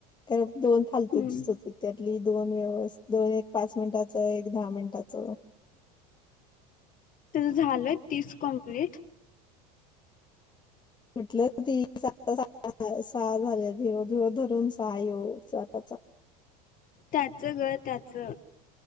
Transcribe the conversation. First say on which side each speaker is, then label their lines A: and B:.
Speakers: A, on the left; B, on the left.
A: कार दोन फालतो
B: हम्म.
A: दिसत त्या. दोन व्यव दोन एक पाच मिनिटाच, एक दहा मिनिटाच
B: झाल तीस कंप्लीट.
A: म्हटलं ती सहा झाल्याेव धरून सहा येऊ जाताचा.
B: त्याचं घर त्याचं.